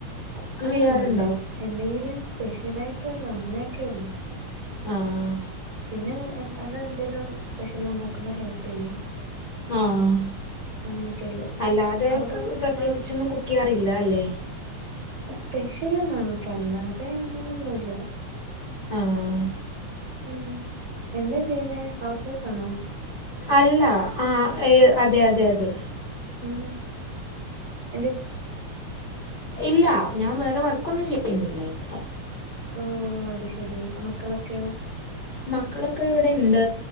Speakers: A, on the left; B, on the right.
A: കുക്ക്
B: ആഹ്..
A: ചെയ്യാറുണ്ടോ
B: എന്തെങ്കിലും സ്പെഷ്യൽ ആയിട്ട് വെല്ലോം അങ്ങനെയൊക്കെള്ളൂ
A: ആഹ്
B: പിന്നേ അല്ലന്തെന്തേങ്കിലും സ്പെഷ്യൽ ഉണ്ടാക്കുമ്പോ ഹെൽപിയ്യും.
A: ആഹ്
B: അങ്ങനെയൊക്കെയുള്ളൂ
A: അല്ലാതെ
B: അവിടോ
A: പ്രത്യേകിച്ചൊന്നു
B: ആഹ്
A: കു ക്കാറില്ല അല്ലേ.
B: സ്പെഷ്യൽന്നാണോക്കെ അല്ലാതെ അങ്ങനെയൊന്നുല്ല.
A: ആഹ്
B: മ് എന്താ ചെയ്യുന്നേ ഹൗസ് വൈഫ് ആണോ.
A: അല്ല ആഹ് എഅതെ അതെ അതെ.
B: മ്.
A: ഇല്ല, ഞാൻ വേറെ വർക്കൊന്നും ചെയ്യുന്നില്ല ഇപ്പൊ.
B: ഓ അത് ശെരി മക്കളൊക്കെ?
A: മക്കളൊക്കെ ഇവിടെണ്ട്